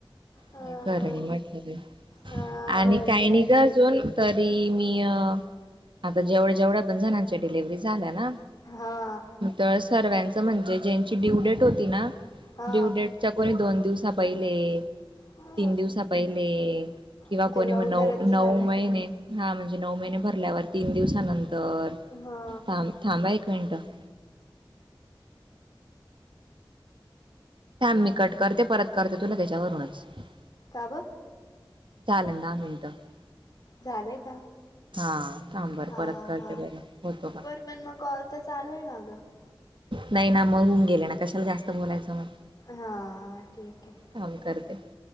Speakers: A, on the left; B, on the right.
A: अ
B: <unintelligible> खर म्हटलं
A: हा
B: आणि
A: ओलंदू
B: काही नाही ग
A: खेळते
B: अजून <unintelligible> तरी मी आता जेवढ्या जेवढ्या पण जणांच्या डिलिव्हरी झाल्या ना <unintelligible>
A: हा <unintelligible>
B: तर सर्व्यांचं म्हणजे ज्यांची ड्यू डेट होती ना <unintelligible>
A: हा
B: ड्यू डेटच्या कोणी दोन दिवसा पहिले <unintelligible>
A: हा
B: तीन दिवसा पहिले किंवा
A: म्हणजे
B: कोणी
A: लवकरच
B: म नऊ
A: झालंय
B: नऊ महिने <unintelligible> हा म्हणजे नऊ महिने भरल्यावर तीन दिवसानंतर
A: हा
B: थांब थांबा एक मिनिटं <unintelligible> मी कट करते परत करते तुला त्याच्यावरूनच <unintelligible>
A: काव <unintelligible>
B: चालेल दहा मिनिटं <unintelligible>
A: झालंय का <unintelligible>
B: हा थांब बर
A: हा
B: परत करते
A: हा
B: बर होतो का <unintelligible>
A: पण मग कॉल तर चालूय ना गं <unintelligible>
B: नाही ना मग होऊन गेले ना कशाला जास्त बोलायचं मग <unintelligible>
A: हा ठीक आहे <unintelligible>
B: थांब करते <unintelligible>